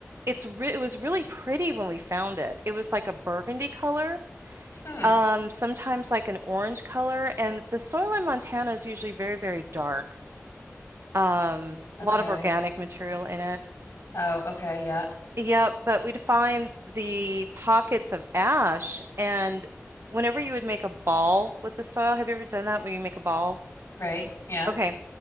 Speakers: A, on the right; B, on the left.
A: it's re it was really pretty when we found it. It was like a burgundy color,
B: Hmm.
A: um, sometimes like an orange color, and the soil in Montana is usually very, very dark. Um,
B: Okay.
A: a lot of organic material in it.
B: Oh, okay, yeah.
A: Yep, but we'd find the pockets of ash, and whenever you would make a ball with the soil, have you ever done that where you make a ball?
B: Right. Yeah.
A: Okay.